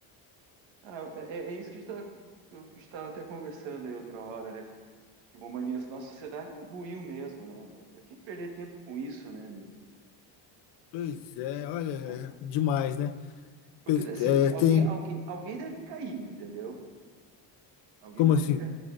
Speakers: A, on the right (about 80°); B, on the left (about 70°).
A: Ah, é, é isso que a gente tava- que eu estava até conversando aí outra hora, né? Tipo, mania, nossa sociedade ruiu mesmo, né, meu? Pra que perder tempo com isso, né, meu?
B: Pois é, olha, é
A: Ah,
B: demais, né?
A: Porque,
B: Pe-
A: assim,
B: é,
A: se alguém,
B: tem,
A: alguém, alguém deve cair, entendeu? Alguém
B: como
A: deve
B: assim?
A: cair.